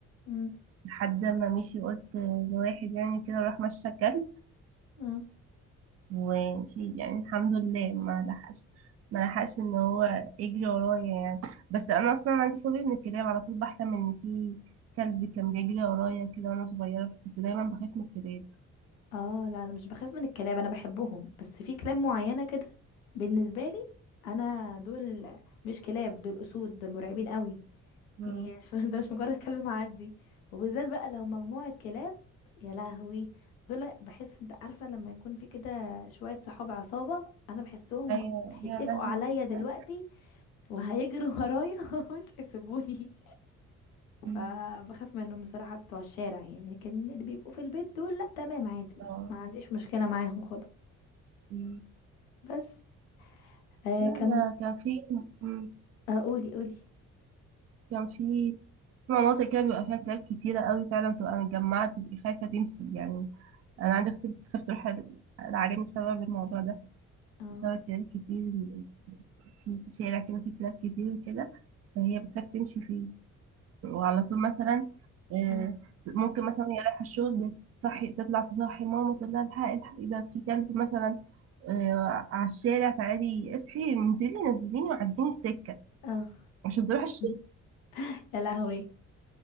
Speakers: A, on the left; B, on the right.
A: أمم،
B: لحد ما مشي قلت لواحد يعني كده راح مشى كلب
A: اه
B: ومشي يعني الحمد لله ما لحقش ما لحقش ان هو يجري ورايا يعني بس انا اصلا عندي فوبيا من الكلاب على طول بحلم ان في كلب كان بيجري ورايا كده وانا صغيره فكنت دايما بخاف من الكلاب
A: اه لا انا مش بخاف من الكلاب انا بحبهم بس في كلاب معينة كده بالنسبة لي انا دول مش كلاب دول اسود دول مرعبين قوي
B: مم.
A: يعني شو <laughs> ده مش مجرد كلب معدي وبالذات بقى لو مجموعة كلاب يا لهوي دول بحس انت عارفة لما يكون في كده شوية صحاب عصابة انا بحسهم
B: ايوه
A: هيتفقوا
B: يا لهوي
A: عليا دلوقتي
B: لا
A: وهيجروا ورايا <laughs> ومش هيسيبوني
B: مم.
A: فبخاف منهم بصراحة بتوع الشارع يعني لكن اللي بيبقوا في البيت دول لا تمام عادي ما,
B: آه.
A: ما عنديش مشكلة معاهم خالص
B: مم.
A: بس آه
B: لا
A: كان
B: ده كان في مم.
A: آه قولي قولي
B: كان في في مناطق كده بيبقى فيها كلاب كتيرة قوي فعلا بتبقى متجمعة تبقي خايفة تمشي يعني انا عندي اختي بتخاف تروح ال- العجمي بسبب الموضوع ده
A: اه
B: بسبب الكلاب كتير ال- في شارع كده فيه كلاب كتير وكده فهي بتخاف تمشي فيه وعلى طول مثلا آه،
A: اه
B: ممكن مثلا هي رايحه الشغل تصحي تطلع تصحي ماما تقول لها الحقي الحقي ده في كلب مثلا آه، على الشارع تعالي اصحي انزلي نزليني وعديني السكه
A: اه
B: عشان بروح الشغل
A: <laughs> يا لهوي